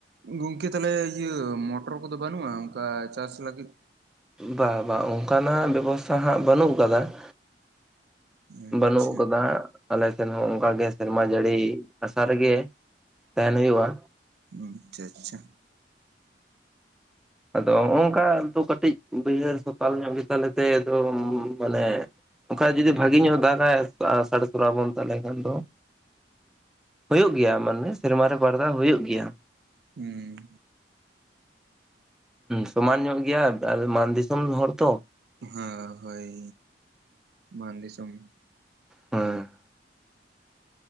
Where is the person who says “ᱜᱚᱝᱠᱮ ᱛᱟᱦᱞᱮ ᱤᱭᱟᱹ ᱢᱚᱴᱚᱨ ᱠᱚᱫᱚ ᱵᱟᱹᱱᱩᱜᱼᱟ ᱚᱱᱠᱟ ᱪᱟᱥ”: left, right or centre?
Right